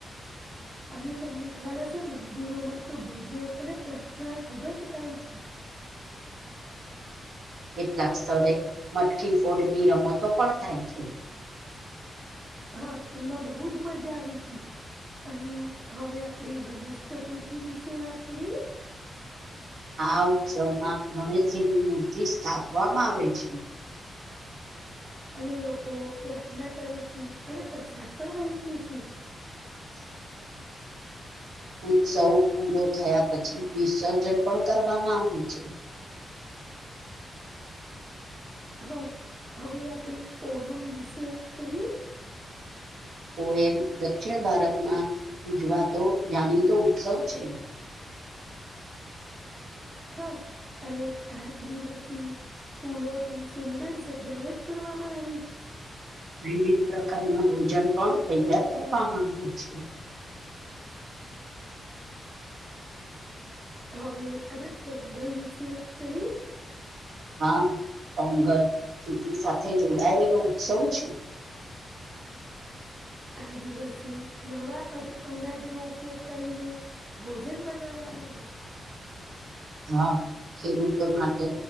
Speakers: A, on the right (about 25°); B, on the right (about 70°).
A: અને તમને ખ્યાલ હશે મંદિરોમાં તો ભજન અને પ્રાર્થના ખુબ જ થાય છે.
B: કેટલાક સ્થળે મટકીી ફોડની રમતો પણ થાય છે.
A: હા એમાં બહુજ મજા આવી છે. અને હવે આપણે ગણેશ ચતુર્થી વિશે વાત કરીએ.
B: આ ઉત્સવમાં ગણેશજીની મૂર્તિ સ્થાપવામાં આવે છે.
A: અને લોકો પ્રાર્થના કરી છે અને પ્રસાદ પણ વહેંચે છે.
B: <inaudible> ઉત્સવ પૂરો થયા પછી વિસર્જન પણ કરવામાં આવી છે.
A: હા હવે આપણેે ઓણમ વિશે વાત કરીએ.
B: ઓ એમ દક્ષિણ ભારતમાં ઉજવાતો જાણીતો ઉત્સવ છે.
A: હા. અને આ દિવસી ફૂલોથી સુંદર સજાવટ કરવામાં આવે છે.
B: વિવિધ પ્રકારના ભોજન પણ તૈયાર કરવામાં આવે છે.
A: હવે આપણેે પોંગલ વિશે વાત કરી.
B: હા પોંગલ ખેતી સાથે જોડાયેલો ઉત્સવ છે <inaudible>
A: આ દિવસે નવા અનાજનોો ઉપયોગ કરીને ભોજન બનાવામાં આવે છે.
B: <inaudible> હા ખેડૂતો માટે